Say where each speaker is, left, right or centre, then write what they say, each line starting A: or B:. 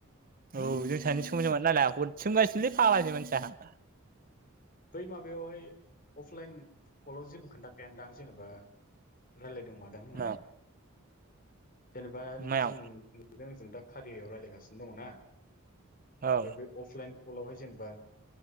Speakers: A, on the right; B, on the left.
A: औ
B: अ
A: जों सानै जों समान समान नालाया हरसोम गासिनोलै फाग्लासो मानसिया।
B: बै माबायावहाय अफलाइन कलाव जेबो खोन्थाखायानो दां जेनेबा रायलाय दों मादों होननानै।
A: मायाव
B: जेनेबा
A: मायाव
B: जों नोंजों आंजों दा कारियायाव रायलायगासिनो दङना?
A: औ
B: ओमफाय बे अफलाइन कलावहाय जेनेबा